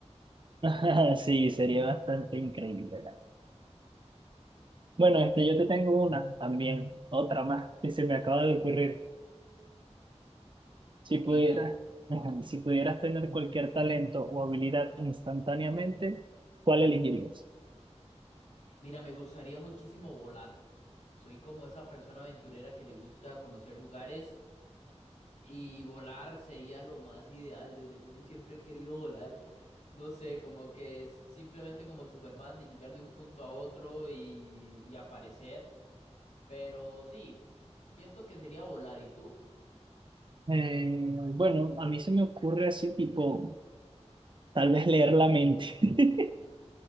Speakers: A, on the right (about 45°); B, on the left (about 85°).
A: <laughs> Sí, sería bastante increíble. la- Bueno, este, yo te tengo una también, otra más que se me acaba de ocurrir. Si
B: Ok,
A: pudieras,
B: dale.
A: <laughs> si pudieras tener cualquier talento o habilidad instantáneamente, ¿cuál elegirías?
B: Mira, me gustaría muchísimo volar. Soy como esa persona aventurera que le gusta conocer lugares y volar sería lo más ideal. Desde niño siempre he querido volar. No sé, como que es simplemente como Superman de llegar de un punto a otro y, y aparecer. Pero sí, siento que sería volar. ¿Y tú?
A: Eh, bueno, a mí se me ocurre así, tipo, tal vez leer la mente. <laughs>